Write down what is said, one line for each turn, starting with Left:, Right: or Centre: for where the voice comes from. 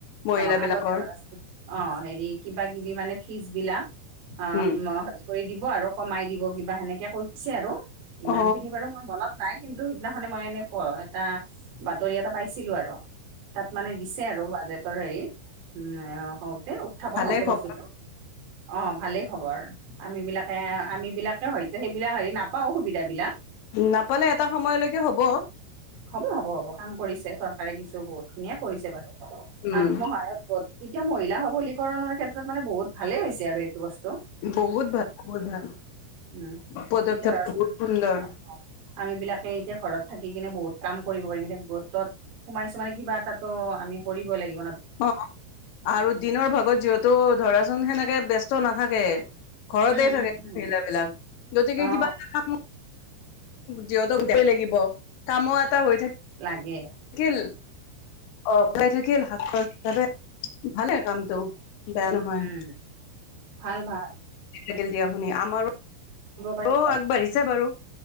Left: মহিলা
Right: অ,
Left: বিলাকৰ
Right: আগতে ধৰাছো অ, হেৰি কিবা কিবি মানে ফিছ বিলাক অ,
Left: উম
Right: <unintelligible> কৰি দিব আৰু কমাই দিব কিবা সেনেকে কৈছে আৰু ইমান
Left: অ
Right: খিনি বাৰু মোৰ মনত নাই কিন্তু সিদিনাখনে মই এনে প এটা বাতৰি এটা পাইছিলো আৰু। তাত মানে দিছে আৰু বাজেটৰ হেৰি উম, হওঁতে উত উত্থাপন
Left: ভালে
Right: হওঁতে
Left: খবৰ
Right: বস্তুটো অ, ভালেই হব আৰ। আম বিলাকে -আম বিলাকে হয়তো সেইবিলাক হেৰি নাপাও সুবিধা বিলাক।
Left: উম, নাপালে এটা সময়লৈকে হব।
Right: হব- হব- হব কাম কৰিছে চৰকাৰে কিছু বহুত খিনিয়ে কৰিছে বাৰু।
Left: উম
Right: আত্মসায়ক গোট এতিয়া মহিলা সবলীকৰণৰ ক্ষেত্ৰত মানে বহুত ভালে হৈছে আৰু এইটো বস্তু।
Left: বহুত ভাল- বহুত ভাল
Right: উম
Left: পদক্ষেপ
Right: এতিয়া ধৰাচোন
Left: বহুত সুন্দৰ।
Right: অ আমি বিলাকে এতিয়া ঘৰত থাকি কিনে বহুত কাম কৰিব পাৰিম এতিয়া গোটত সোমাইছো মানে কিবা এটাত ত' আমি কৰিব লাগি
Left: অ, আৰু দিনৰ ভাগত যিহেতু ধৰাচোন সেনেকে ব্যস্ত নাথাকে ঘৰতে
Right: উম উম
Left: থাকে মহিলা
Right: উম
Left: বিলাক গতিকে
Right: অ
Left: কিবা এটা কাম যিহতক <unintelligible> লাগিব কামো এটা হৈ থাকি
Right: লাগে।
Left: কিল অ, পায় থাকিল হাত খৰচ হিচাপে ভালে কামটো। বেয়া নহয়
Right: উম, ভাল-ভাল।
Left: লাগিল দিয়া শুনি আমাৰো
Right: পাৰিলে
Left: আগবাঢ়িছে বাৰু